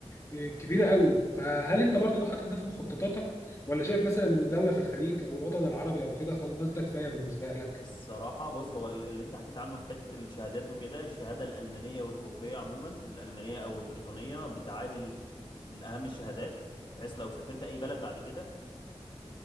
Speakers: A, on the left (about 25°); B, on the left (about 45°).
A: إيه، كبيره قوي فهل انت برضه حاطط ده في مخططاتك ولا شايف مثلا ان دوله في الخليج او الوطن العربي او كده خلاص ده كفايه بالنسبه لك؟
B: الصراحة بص هو ال- اللي انت حكيت عنه في حتة الشهادات وكده الشهادة الألمانية والأوروبية عموما الألمانية أو البريطانية بتعادل ش- من أهم الشهادات بحيث لو سافرت أي بلد بعد كده